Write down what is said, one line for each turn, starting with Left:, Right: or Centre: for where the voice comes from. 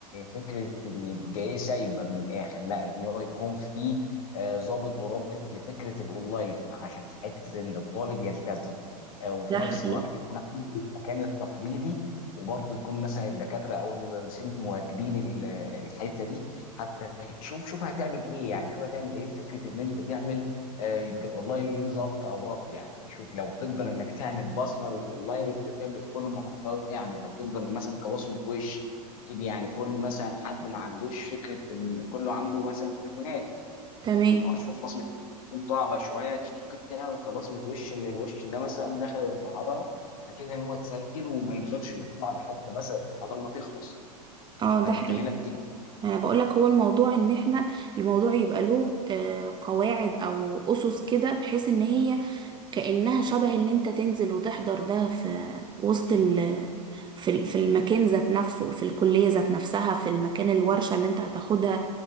Left: فكره ان الجاي سايبه من الاخر لا ان هو يكون في آه، ضابط ورابط لفكره الاونلاين عشان حته ان الطالب يلتزم آه، وفي
Right: ده
Left: نفس
Right: حقيقي
Left: الوقت يكون عنده المكان التقليدي وبرضه يكون مثلا الدكاتره او المدرسين مواكبين ال- الحته دي حتى شوف شوف هتعمل ايه يعني شوف هتعمل ايه في فكره ان انت تعمل آه، يبقى الاونلاين ليه ظبط او ربط يعني شوف لو تقدر انك تعمل بصمه للاونلاين انت فاهم بتدخل المحافظات اعمل لو تقدر مثلا كبصمه وش كده يعني كل مثلا حد ما عندوش فكره ان كله عنده مثلا تليفونات
Right: تمام
Left: خلاص بصمه تكون صعبه شويه ممكن تعمل كبصمه وش ان الوش ده مثلا دخل المحاضره فكده هو اتسجل وما يقدرش يطلع لحد مثلا المحاضره ما تخلص
Right: اه
Left: فانت
Right: ده حقيقي
Left: هنا بتيجي
Right: ما انا بقولك هو الموضوع ان احنا الموضوع يبقى له آه، قواعد او اسس كده بحيث ان هي كأنها شبه ان انت تنزل وتحضر ده في وسط في ال- في المكان ذات نفسه في الكلية ذات نفسها في المكان الورشة اللي انت هتاخدها